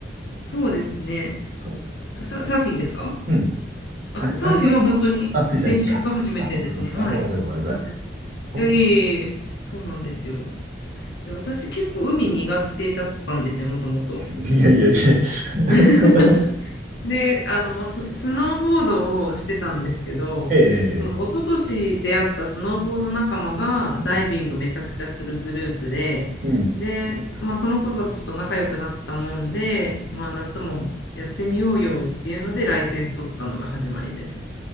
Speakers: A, on the left; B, on the right.
A: そうですね。
B: そう。
A: サ、
B: え
A: サーフィンですか
B: うん。
A: あ、
B: あれ、
A: サーフィンは本当に先週が初めてですね。
B: あれ、さっきの、あ、つい最近か。あ、そうか、そうか、そうか。
A: はい。
B: あ、ごめんなさい、ごめんなさい。
A: そうそうそう。いや、
B: そ
A: いえいえいえ、そうなんですよ。で、私結構海苦手だったんですね、もともと。
B: う。<laughs> いやいやいや。<laughs>
A: <laughs> で、あの、ス、スノーボードをしてたんですけど、
B: ええ
A: その一昨年出会ったスノーボード仲間がダイビングめちゃくちゃするグループで、
B: うん。うん
A: で、まあ、その子たちと仲良くなったもんで、まあ、夏もやってみようよっていうので、ライセンス取ったのが始まりです。